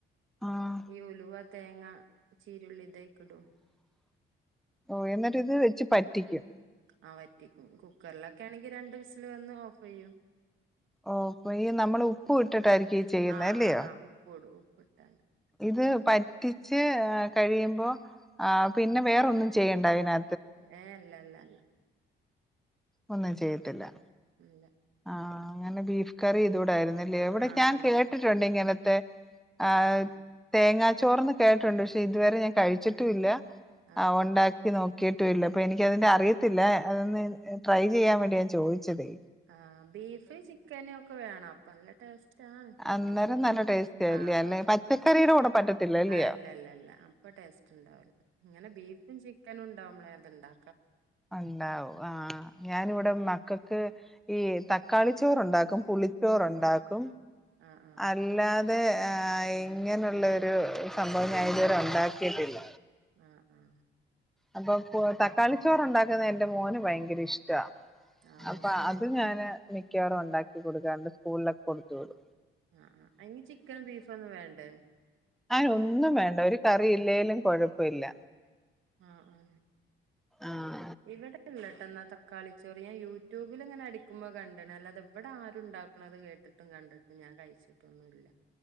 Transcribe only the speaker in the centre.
ആഹ്
ഓ എന്നിട്ട് ഇത് വെച്ച് പറ്റിക്കും.
ഓപ്പൊ ഈ നമ്മൾ ഉപ്പ് ഇട്ടിട്ടായിരിക്കും ഈ ചെയ്യുന്ന
അല്ലയോ
ഇത് പറ്റിച്ച് കഴിയുമ്പോൾ ആഹ് പിന്നെ വേറൊന്നും ചെയ്യണ്ട അതിനക
ഒന്നും ചെയ്യത്തില്ല.
ആഹ അങ്ങനെ ബീഫ് കറി
ഇതൂടായിരുന്നില്ലേ എവിടെ
ഞാൻ
കേട്ടിട്ടുണ്ട് ഇങ്ങനെ. ടേ ആ
തേങ്ങാ ചോറന്ന് കേട്ടുണ്ട് പക്ഷെ ഇതുവരെ ഞാൻ കഴിച്ചിട്ടുംല്ല
ആ ഒണ്ടാക്കി
നോക്ക കേട്ടൂല്ല അപ്പൊ എനിക്കതിന്റെ അറിയത്തില്ല. അതൊന്ന് ട്രൈ ചെയ്യാൻ വേണ്ടി ഞാൻ ചോയി ച്ചതേ.
അന്നേരം നല്ല ടേസ്റ്റ് ആയില്ലേ
അല്ലെ
പച്ചക്കറിയുടെ കൂടെ പറ്റത്തില്ല അല്ലയോ
ഒണ്ടാവും. ആ ഞാനിവിടെ മക്കക്ക് ഈ തക്കാളിച്ചോറ് ഉണ്ടാക്കും. പുളിച്ചോറ്ണ്ടാക്കും.
അല്ലാതെ ആ ഇങ്ങനെയുള്ളരു സംഭവം ഞാൻ ഇതുവരെ ഒണ്ടാക്കിയിട്ടില്ല.
അപ്പൊ പൊ തക്കാളി ചോറ് ഇണ്ടാക്ക്ന്നെ എന്റെ മോന് ഭയങ്കര ഇഷ്ടാ.
അപ്പൊ
അത് ഞാന് നി മിക്കറും ഉണ്ടാക്കി കൊടുക്കാണ്ട് സ്കൂളിലക്കെ കൊടുത്തുടൂ
ആയൊന്നും ഒന്നും വേണ്ട ഒരു കറിയില്ലേലും കുഴപ്പമില്ല
ആഹ